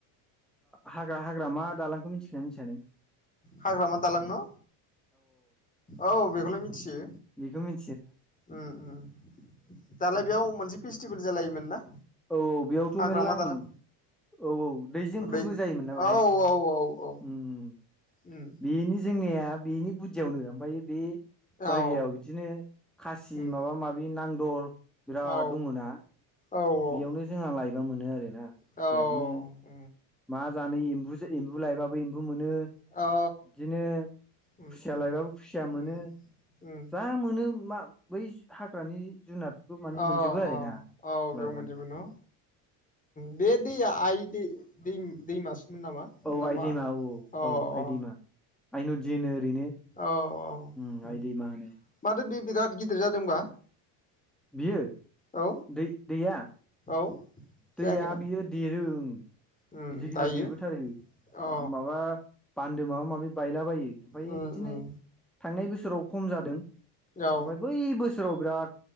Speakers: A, in the centre; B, on the left.
A: हाग्रा हाग्रा मा दालांखौ मिथिखोना मिथिया नों?
B: हाग्रामा दालां न औ बेखौलाय मिथियो।
A: बेखौमि
B: उम उम दालाय बेयाव मोनसे फेस्टिभेल जालायोमोन ना?
A: औ बेयावथ'
B: हाग्रामा
A: मेर्ला आं
B: दालां
A: औ औ दैजिंफोरबो
B: दै
A: जायोमोन ना
B: औ
A: बेहाय।
B: औ औ औ
A: उम उम
B: उम
A: बेनि जोंनेया बेनि बुदियावनो ओमफ्राय बे जायगायाव
B: औ
A: बिदिनो खासि
B: उम
A: माबा माबि नांदर बिराद
B: औ
A: दङ ना
B: औ
A: बेयावनो
B: औ
A: जोंहा लायबा मोनो आरोना
B: औ
A: बेयावनो
B: उम
A: मा जानो एम्बु एम्बु लायबाबो एम्बु मोन शो
B: औ
A: बिदिनो
B: उम
A: खुसिया
B: उम
A: लायबाबो खुसिया मोनो।
B: उम उम
A: जा मोनो मा बै हाग्रानि जुनारफोरखौ माने
B: अ
A: मोनजोबो आरोना
B: अ औ बेयाव
A: लायबानो
B: मोनजोबो ओ। बे दैया आइ दै दै दैमास नामा
A: औ
B: नामा
A: आइ दैमा औ
B: अ
A: औ आइ
B: अ
A: दैमा आइ नदि होनो ओरैनो
B: औ औ
A: उम आइ दैमा होनो
B: माथो बे बिराद गिदिर जादोंबा
A: बियो
B: औ
A: दै दैया?
B: औ
A: दैया
B: जायाखैना
A: बियो देरो उम।
B: उम
A: गिदिर गिदिर
B: दायो
A: देरबोथारो
B: अ
A: माबा बान्दो माबा माबि बायलाबायो ओमफायो
B: उम
A: बिदिनो
B: उम
A: थांनाय बोसोराव खम जादों।
B: औ
A: ओमफ्राय बै बोसोराव बिराद